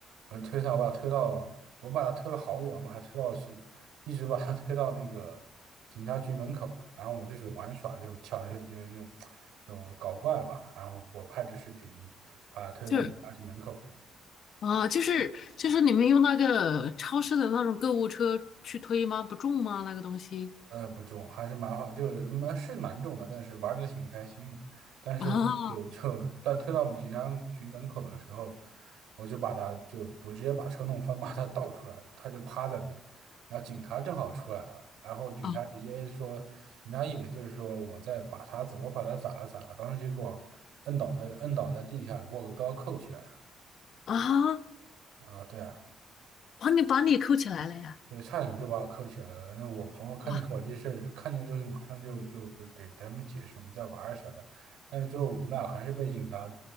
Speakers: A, on the right (about 90°); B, on the left (about 65°).
A: 我推他，我把他推到，我把他推了好远，我把他推到去，一直把他推到那个警察局门口，然后我就是玩耍，就跳，就就就就搞怪吧，然后我拍着视频把他推到警察局门口，
B: 就是啊，就是就是你们用那个超市的那种购物车去推吗？不重吗？那个东西
A: 呃，不重，还是蛮好，就是蛮是蛮重的，但是玩的挺开心的。但是就就但推到我们警察局门口的时候，
B: 啊
A: 我就把他就我直接把车弄翻，<laughs> 把他倒出来了，他就趴在那儿，然后警察正好出来了，然后警察直接说，
B: 啊
A: 警察以为就是说我在把他怎我把他咋了咋了，当时就给我摁倒在摁倒在地下，给我个刀扣起来
B: 啊，
A: 了啊，对啊。
B: 把你把你扣起来了呀！
A: 对，差点就把我扣起来了。那我朋友看见我这事儿，
B: 哇
A: 看见之后马上就就给给他们解释我们在玩儿啥的，但是最后我们俩还是被警察